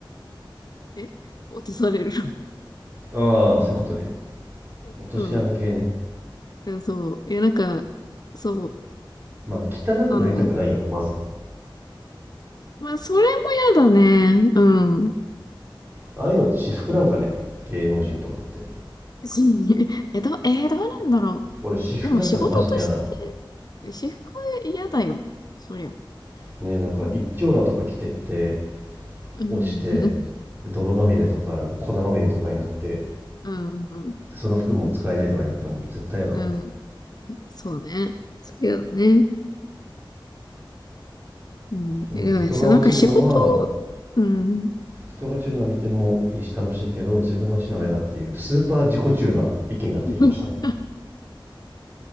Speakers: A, on the left (about 50°); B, on the right (about 25°).
A: え落とされる。
B: ああそういうことね
A: <laughs>
B: 落とし穴系ね
A: うん。えそう。え、なんか、そう。
B: まあ汚くなりたくないよなまず
A: あの、まあ、それも嫌だね。うん。
B: ああいうのって私服なんかね芸能人とかって
A: し <laughs> え、ど、えーどうなんだろ
B: 俺私服だったらマジで嫌だわ
A: う。でも仕事として、私服嫌だよ。そりゃ。
B: ねなんか一丁羅とか着てって
A: うん。うん。
B: 落ちて
A: うん。
B: 泥まみれとかなんか粉まみれとかになって
A: うん。
B: その服も使えないとかになったらもう絶対やだわ、
A: うんそうね。そう嫌だね。うん。
B: うん、
A: いやでもね、
B: 人が落ちるのは
A: そうなんか仕事、うん。
B: 人が落ちるのは見てもいいし楽しいけど自分が落ちるのは嫌だっていうスーパー自己中な意見が出てきましたね
A: <laughs>